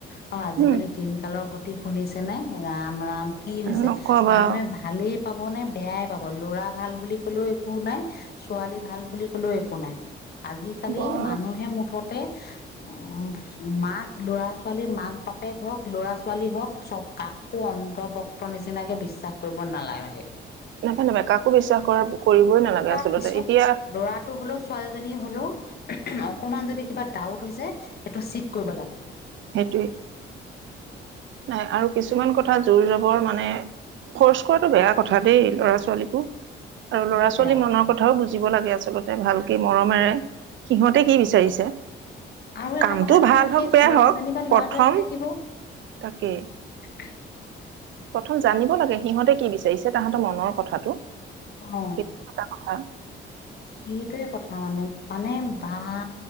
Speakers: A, on the left; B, on the right.
A: আৰু আজিকালি
B: উম
A: দিনকালৰ গতি শুনিছে নে, ৰাম ৰাম কি হৈছে?
B: নকবা
A: মানুহে ভা ভালেই পাব নে, বেয়াই পাব, ল'ৰা ভাল বুলি ক'লেও একো নাই ছোৱালী ভাল বুলি কলেও একো নাই, আজিকালি
B: বৰ
A: মানুহে মুঠতে উম, মাক, ল'ৰা-ছোৱালী, মাক-বাপেক হওঁক, ল'ৰা-ছোৱালী হওঁক চ'ব, কাক কো অন্ধভক্ত নিচিনাকে বিশ্বাস কৰিব নালাগে।
B: নাপা কাকো বিশ্বাস কৰা
A: আৰু
B: কৰিবই
A: বিয়া
B: নালাগে
A: পতা
B: আচলতে
A: পিছতো
B: এতিয়া
A: ল'ৰা টো হ'লেও, ছোৱালীজনী হ'লেও, অকমান যদি কিবা ডাউট হৈছে সেইটো চেক কৰিব লাগে।
B: সেইটোৱেই। নাই আৰু কিছুমান কথা জোৰ জবৰ মানে ফ'ৰচ কৰাটো বেয়া কথা দেই, ল'ৰা-ছোৱালীকো আৰু
A: বহুত
B: ল'ৰা-ছোৱালী
A: বেয়া কথা
B: মনৰ কথাও বুজিব লাগে আচলতে ভালকে মৰমেৰে, সিহঁতে কি বিচাৰিছে?
A: আৰু এটা
B: কামটো
A: কথা নহয়
B: ভাল
A: নহয়
B: হওক,
A: সেই
B: বেয়া
A: ছোৱালীজনী
B: হওক,
A: বা ল'ৰাটোৱেহে
B: প্ৰথম
A: থাকিব
B: তাকে।
A: <inaudible>
B: প্ৰথম জানিব লাগে সিহঁতে কি বিচাৰিছে তাহাঁতৰ মনৰ কথাটো।
A: অ'।
B: <unintelligible> নহয়।
A: সেইটয়ে কথা মানে, মানে ভা আ,